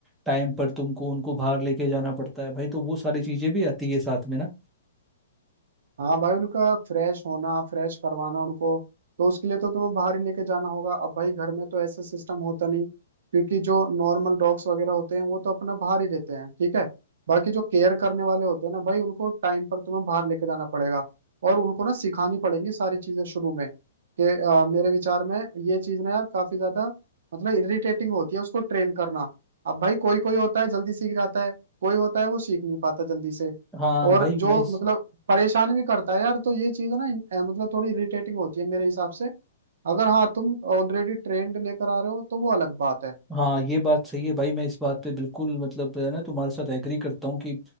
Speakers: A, in the centre; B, on the right.
A: टाइम पर तुमको उनको बाहर लेके जाना पड़ता है भाई तो वो सारी चीजें भी आती है साथ में ना
B: हाँ भाई उनका फ्रेश होना फ्रेश करवाना उनको तो उसके लिए तो तुम्हें बाहर ही लेके जाना होगा अब भाई घर में तो ऐसा सिस्टम होता नहीं क्योंकि जो नॉर्मल डॉग्स वगैरह होते हैं वो तो अपना बाहर ही रहते हैं ठीक है बाकी जो केयर करने वाले होते हैं ना भाई उनको टाइम पर तुम्हें बाहर लेके जाना पड़ेगा और उनको ना सिखानी पड़ेंगी सारी चीजें शुरू में कि अ, मेरे विचार में ये चीज ना यार काफी ज्यादा मतलब इरिटेटिंग होती है उसको ट्रेन करना अब भाई कोई कोई होता है जल्दी सीख जाता है कोई होता है वो सीख नहीं पाता जल्दी से
A: हाँ
B: और
A: भाई
B: जो
A: मैं इस
B: मतलब परेशान भी करता है यार तो ये चीज है ना इन- अ, मतलब थोड़ी इरिटेटिंग होती है मेरे हिसाब से अगर हाँ तुम ऑलरेडी ट्रेंड लेकर आ रहे हो तो वो अलग बात है
A: हाँ ये बात सही है भाई मैं इस बात पे बिल्कुल मतलब है ना तुम्हारे साथ एग्री करता हूँ कि